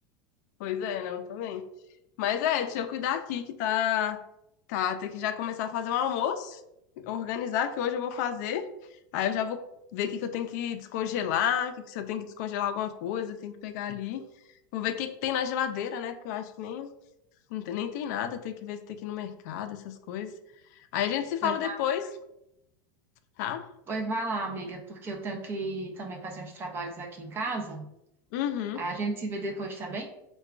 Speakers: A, on the left; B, on the right.
A: pois é, não, também. Mas é, deixa eu cuidar aqui que tá. Tá, tem que já começar a fazer um almoço, organizar que hoje eu vou fazer. Aí eu já vou ver o que que eu tenho que descongelar, que que se eu tenho que descongelar alguma coisa, tenho que pegar ali. Vou ver o que que tem na geladeira, né? Porque eu acho que nem, não tem, nem tem nada, tem que ver se tem que ir no mercado, essas coisas. Aí a gente se fala
B: Pois vá,
A: depois, tá?
B: pois vá lá, amiga, porque eu tenho que também fazer uns trabalhos aqui em casa.
A: Uhum.
B: A gente se vê depois, tá bem?